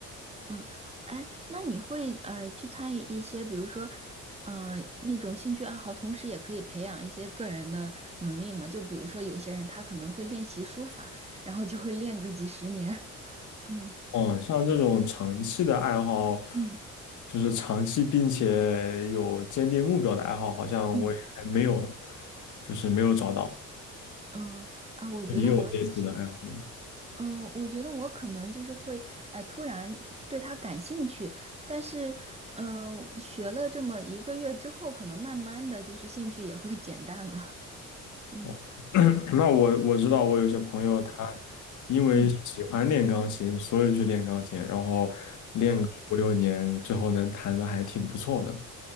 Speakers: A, on the right (about 20°); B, on the left (about 75°).
A: 嗯，哎，那你会呃去参与一些，比如说，呃，那种兴趣爱好，同时也可以培养一些个人的能力嘛？就比如说有些人他可能会练习书法，然后就会练个几十年。<laughs> 嗯
B: 嗯，像这种长期的爱好，
A: 嗯。
B: 就是长期并且有坚定目标的爱好，好像我也还没有，
A: 嗯
B: 就是没有找到。
A: 嗯啊，我觉得我也是，
B: 那你有类似的爱好吗？
A: 嗯，我觉得我可能就是会，哎，突然会对他感兴趣，但是，嗯，学了这么一个月之后，可能慢慢的就是兴趣也会减淡了。嗯
B: 哦，<coughs> <clears throat> 那我我知道，我有些朋友他因为喜欢练钢琴，
A: 嗯
B: 所以去练钢琴，然后练个五六年，
A: 嗯
B: 最后能弹的还挺不错的。